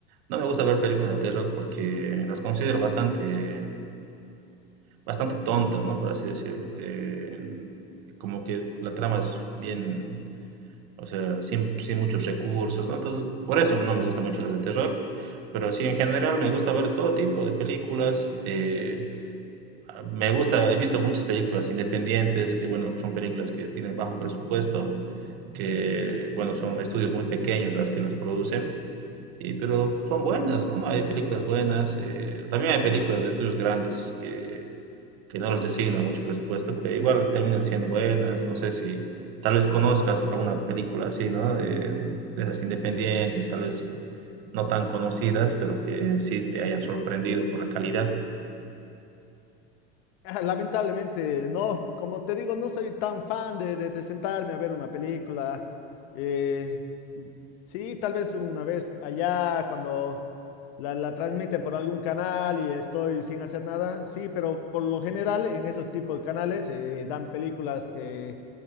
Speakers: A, on the right (about 70°); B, on the left (about 70°).
A: no me gusta ver películas de terror porque las considero bastante, bastante tontas, ¿no? Por así decirlo. Eh, como que la trama es bien, o sea, sin, sin muchos recursos, ¿no? Entonces, por eso no me gustan mucho las de terror, pero sí, en general me gusta ver todo tipo de películas. eh, me gusta, he visto muchas películas independientes, que bueno, son películas que tienen bajo presupuesto, que, bueno, son estudios muy pequeños las que las producen, y, pero son buenas, ¿no? Hay películas buenas, eh, también hay películas de estudios grandes que, que no les designan mucho presupuesto, que igual terminan siendo buenas, no sé si tal vez conozcas alguna película así, ¿no? De, de esas independientes, tal vez no tan conocidas, pero que sí te hayan sorprendido por la calidad.
B: Ah, Lamentablemente, no. Como te digo, no soy tan fan de, de- de sentarme a ver una película. Eh, sí, tal vez una vez allá cuando la, la transmiten por algún canal y estoy sin hacer nada. Sí, pero por lo general en esos tipos de canales eh, dan películas que,